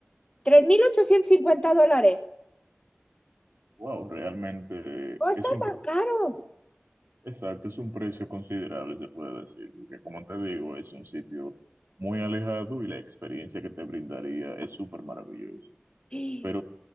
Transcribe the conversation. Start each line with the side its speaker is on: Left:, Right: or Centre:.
Left: tres mil ochocientos cincuenta dólares.
Right: Wow, realmente
Left: No está
Right: es un
Left: tan caro.
Right: Exacto, es un precio considerable, se puede decir, porque como te digo, es un sitio muy alejado y la experiencia que te brindaría es súper maravillosa.
Left: <gasps>
Right: Pero